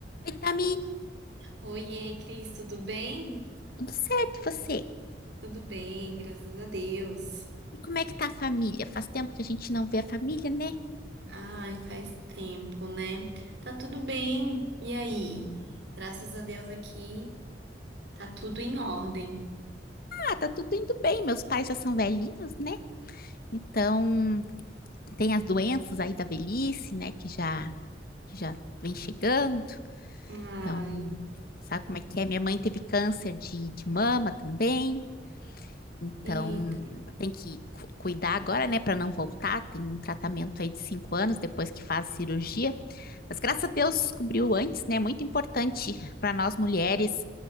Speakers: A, on the left; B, on the right.
A: Oi, Tami,
B: Oiê, Cris, tudo bem?
A: tudo certo e você?
B: Tudo bem, graças a Deus.
A: E como é que tá a família? Faz tempo que a gente não vê a família, né?
B: Ai, faz tempo, né? Tá tudo bem. E aí? Graças a Deus aqui tá tudo em ordem.
A: Ah, tá tudo indo bem, meus pais já são velhinhos, né? Então, tem as doenças aí da velhice, né, que já que já vem chegando.
B: Ai,
A: Então, sabe como é que é? Minha mãe teve câncer de, de mama também. Então,
B: eita.
A: tem que cu- cuidar agora, né, para não voltar. Tem um tratamento aí de cinco anos depois que faz a cirurgia. Mas graças a Deus descobriu antes, né? É Muito importante para nós mulheres